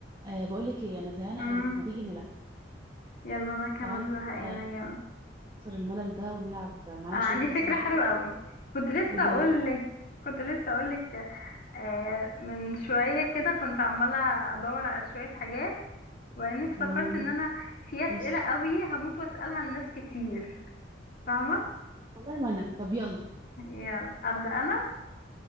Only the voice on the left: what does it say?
امم
يلا انا كمان
زهقانه
يلا
انا
عندي فكره
حلوه قوي كنت لسه
اقول
لك كنت لسه اقول لك آه من شويه كده كنت عماله ادور على شويه حاجات وبعدين افتكرت
ان انا في اسئله
قوي هموت واسالها لناس كتير فاهمه
يلا ابدا انا